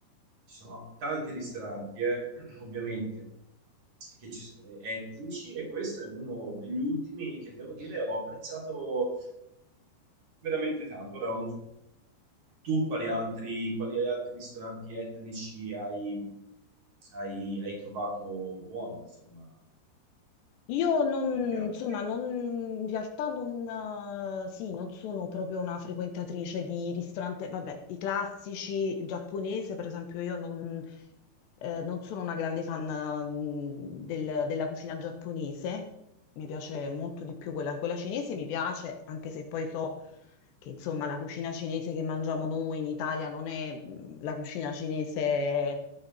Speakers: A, on the right (about 45°); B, on the left (about 75°).
A: Ci sono tanti ristoranti, eh, <clears throat> ovviamente, che ci s- eh, etnici e questo è uno degli ultimi che devo dire ho apprezzato veramente tanto. Ora, non- tu quali altri, quali altri ristoranti etnici hai, hai, hai trovato buoni, insomma,
B: Io non,
A: che ti
B: insomma,
A: piacciono?
B: non, in realtà non, eh, sì, non sono proprio una frequentatrice di ristorante, vabbè, i classici, il giapponese, per esempio, io non, eh, non sono una grande fan, mm, del- della cucina giapponese, mi piace molto di più quella, quella cinese, mi piace, anche se poi so che, insomma, la cucina cinese che mangiamo noi in Italia non è, mm, la cucina cinese